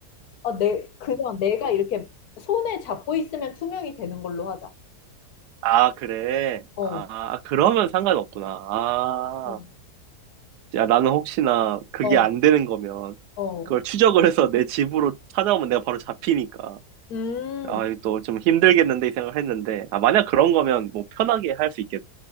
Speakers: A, on the left; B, on the right.
A: 아, 내, 그냥 내가 이렇게 손에 잡고 있으면 투명이 되는 걸로 하자.
B: 아, 그래.
A: 어,
B: 아, 그러면 상관없구나. 아.
A: 어,
B: 야, 나는 혹시나 그게
A: 어,
B: 안 되는 거면
A: 어.
B: 그걸 추적을 해서 내 집으로 찾아오면 내가 바로 잡히니까.
A: 음,
B: 아, 이거 또좀 힘들겠는데 이 생각을 했는데. 아, 만약 그런 거면 뭐 편하게 할 수 있겠네.